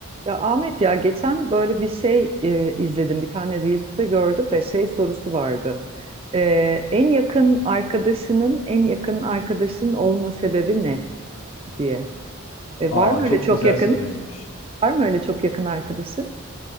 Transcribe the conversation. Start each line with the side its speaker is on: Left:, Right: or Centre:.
Right: Ya Ahmet ya geçen böyle bir şey e, izledim. Bir tane Reels'te gördüm de şey sorusu vardı. Ee, en yakın arkadaşının en yakın arkadaşın olma sebebi ne diye. E,
Left: Aa
Right: var mı öyle
Left: çok
Right: çok
Left: güzel
Right: yakın?
Left: soruymuş.
Right: Var mı öyle çok yakın arkadaşın?